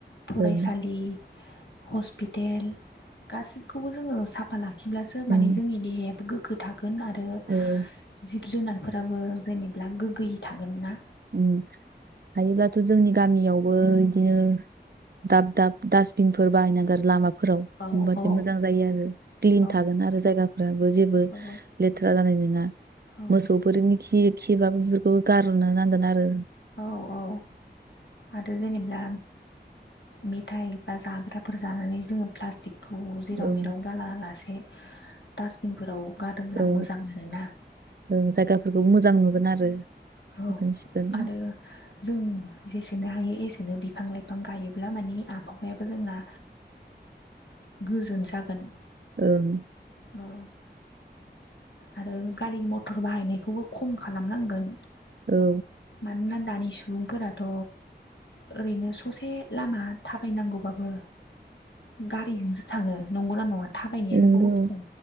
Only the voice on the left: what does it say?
फरायसालि
हस्पिटेल गासिबखौबो जोङो साफा ला खिब्लासो
माने जोंनि देहायाबो गोग्गो थागोन आरो
जिब जुनारफोराबो जेनेब्ला गोगोयै थागोन ना
औ
औ
औ
औ
औ
औ औ आरो जेनेब्ला मेथाइ बा जाग्राफोर जानानै जोङो प्लास्टिक खौ जेराव
मेराव गारा लासे दास्टबिनफोराव गादोमब्ला
मोजां आरो ना
औ
आरो जों जेसेनो हायो एसेनो बिफां लाइफां गायोब्ला मानि आबहावायाबो जोंना गोजोन जागोन
औ आरो गारि मथर बाहायनायखौबो खम खालामनांगोन
मानोना दानि सुबुंफोराथ' ओरैनो ससे लामा थाबायनांगौबाबो गारिजोंसो थाङो। नंगौना नङा थाबायनायानो
बुहुद खम?